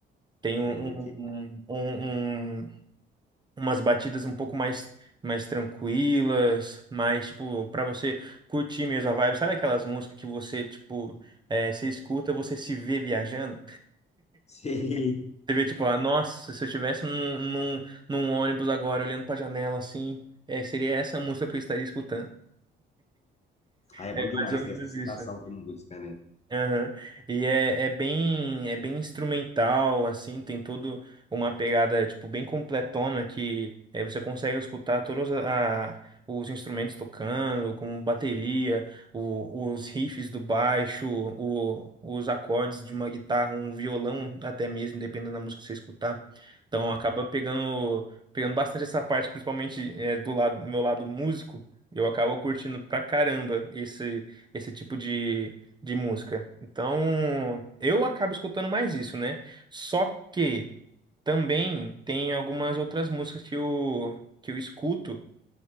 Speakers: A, on the right; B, on the left.
A: Tem um,
B: sei como
A: um,
B: é que.
A: um, um- um umas batidas um pouco mais mais tranquilas, mais tipo pra você curtir mesmo a vibe. Sabe aquelas músicas que você tipo é, você escuta, você se vê viajando?
B: Sei.
A: Você vê tipo, ah, nossa, se eu estivesse num, num, num ônibus agora olhando pra janela assim, é, seria essa música que eu estaria escutando.
B: Ah, <laughs> é
A: É
B: bom demais
A: mais ou menos
B: ter essa citação
A: isso.
B: como música, né?
A: Aham. E é, é bem é bem instrumental, assim, tem todo uma pegada, tipo, bem completona que é, você consegue escutar todos a, a- os instrumentos tocando, como bateria, o- os riffs do baixo, o- os acordes de uma guitarra, um violão até mesmo, dependendo da música que você escutar. Então acaba pegando pegando bastante essa parte, principalmente é, do lado, meu lado músico, eu acabo curtindo pra caramba esse esse tipo de de música. Então, eu acabo escutando mais isso, né? Só que
B: Sei. como-
A: também tem algumas outras músicas que eu, que eu escuto